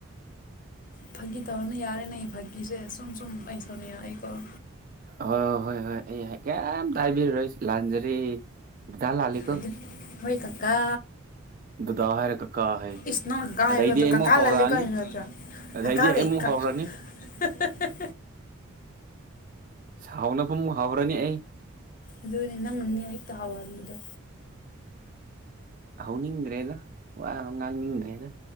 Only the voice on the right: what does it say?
ꯑꯣ ꯍꯣꯏ ꯍꯣꯏ ꯑꯩ ꯍ ꯀꯦꯝ ꯇꯥꯏꯕꯤꯔꯔꯣꯏ ꯂꯥꯟꯖꯔꯤ ꯗꯥ ꯂꯜꯂꯤꯂꯤꯀꯣ
ꯗꯗꯥ ꯍꯥꯏꯔꯒ ꯀꯀꯥ
ꯑꯗꯩꯗꯤ
ꯑꯩꯃꯨꯛ
ꯍꯧꯔꯛꯑꯅꯤ
ꯑꯗꯥꯏꯗꯤ
ꯑꯩꯃꯨꯛ ꯍꯥꯎꯔꯅꯤ
ꯁꯥꯎꯅꯕ ꯃꯨꯛ ꯍꯥꯎꯔꯅꯤ ꯑꯩ
ꯍꯧꯅꯤꯡꯗ꯭ꯔꯦꯗ ꯋꯥ ꯉꯥꯡꯅꯤꯡꯗ꯭ꯔꯦꯗ